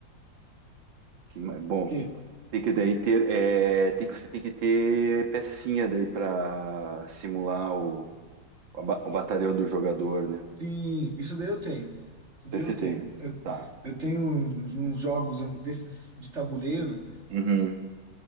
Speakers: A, on the right (about 80°); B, on the right (about 35°).
A: Que, ma- bom,
B: Porque,
A: tem que daí ter, é, tem que, você tem que ter pecinha daí para simular o, a ba- o batalhão do jogador, né? Não
B: sim, isso daí eu tenho. Isso daí
A: sei
B: eu
A: se
B: tenho.
A: tem.
B: Eu,
A: Tá.
B: eu tenho uns, uns jogos desses de tabuleiro,
A: Uhum.